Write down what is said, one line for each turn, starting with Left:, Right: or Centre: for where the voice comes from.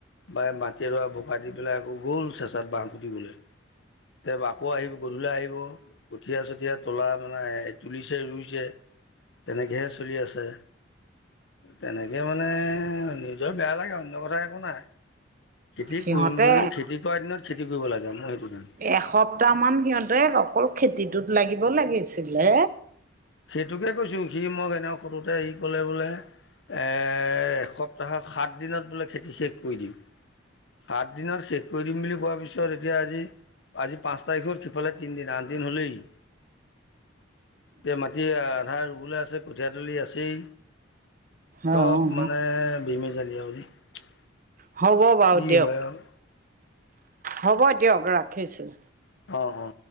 Left: বাই মাটি এদৰা বোকা দি পেলাই আকৌ গ'ল চেঁচাত বাঁহ পুতিবলে। তে আকৌ আহিব গধূলি আহিব কঠীয়া চঠীয়া তুলা নাই তুলিছে ৰুইছে। তেনেকেহে চলি আছে। তেনেকে মানে নিজৰ বেয়া লাগে, অন্য কথা একো নাই। খেতি
Right: সিহঁতে
Left: কৰিম বুলি খেতি কৰা দিনত খেতি কৰিব লাগে মই সেইটো জানো।
Right: একসপ্তাহমান সিহঁতে অকল খেতিটোত লাগিব লাগিছিলে।
Left: সেইটোকে কৈছোঁ সি মোক এনেকে সুধোতে সি ক'লে বোলে এ একসপ্তাহত সাত দিনত বোলে খেতি শেষ কৰি দিম। সাত দিনত শেষ কৰি দিম বুলি কোৱাৰ পিছত এতিয়া আজি, আজি পাঁচ তাৰিখ হল সিফালে তিনিদিন আঠদিন হ'লেই। এতিয়া মাটি আধা ৰুবলে আছে কঠিয়াতলি আছেই।
Right: অ অ'
Left: চব মানে বেমেজালি আৰু দেই
Right: হ'ব বাৰু
Left: কি
Right: দিয়ক,
Left: হয় আৰু
Right: হ'ব দিয়ক ৰাখিছোঁ।
Left: অ অ।